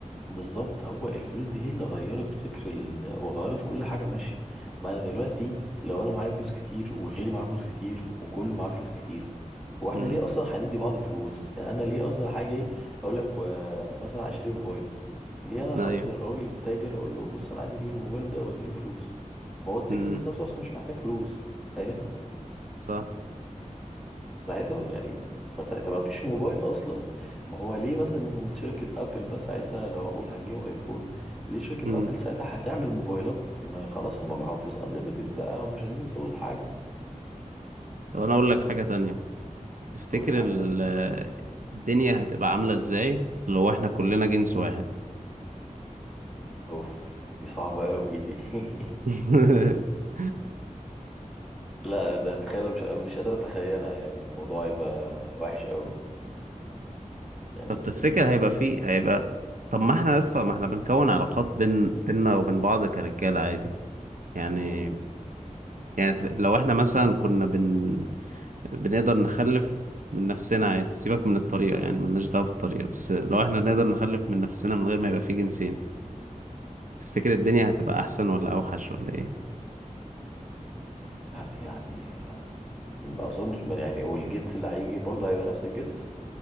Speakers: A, in the centre; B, on the right.
A: بالظبط هو الفلوس دي هي اللي غيرت فكر ال... وغيرت كل حاجه ماشي ما انا دلوقتي لو انا معايا فلوس كتير وغيري معاه فلوس كتير وكله معاه فلوس كتير هو احنا
B: امم
A: ليه اصلا هندي بعض فلوس يعني انا ليه اصلا هاجي اقول لك و... مثلا عايز اشتري موبايل ليه انا هروح
B: ايوه
A: للراجل التاجر اقول له بص انا عايز اجيب الموبايل ده واديله فلوس ما هو التاجر
B: امم
A: ذات نفسه اصلا مش محتاج فلوس فاهم
B: صح
A: ساعتها بقى- يعني فساعتها ما فيش موبايل اصلا ما هو ليه مثلا شركة ابل بقى ساعتها لو هقول هنجيب ايفون ليه شركة
B: امم
A: ابل ساعتها هتعمل موبايلات ما خلاص هم معاهم فلوس انليميتد بقى ومش عايزين يوصلوا لحاجة
B: طب انا اقول لك حاجة تانية تفتكر
A: اقول لي حاجة
B: ال-
A: تانية
B: الدنيا هتبقى عاملة ازاي لو احنا كلنا جنس واحد
A: اوف دي صعبة قوي دي <laughs>
B: <laughs>
A: لا أنا اتخيل مش مش قادر اتخيلها يعني الموضوع يبقى وحش قوي يعني
B: طب تفتكر هيبقى فيه هيبقى طب ما احنا لسه ما احنا بنكون علاقات بين بيننا وبين بعض كرجالة عادي يعني
A: مم.
B: يعني تف- لو احنا مثلا كنا بن بنقدر نخلف من نفسنا عادي سيبك من الطريقة يعني ملناش دعوة بالطريقة بس لو احنا نقدر نخلف من نفسنا من غير ما يبقى فيه جنسين تفتكر الدنيا هتبقى احسن ولا اوحش ولا ايه
A: لا يعني ما اظنش ما يعني والجنس اللي هيجي برضه هيبقى نفس الجنس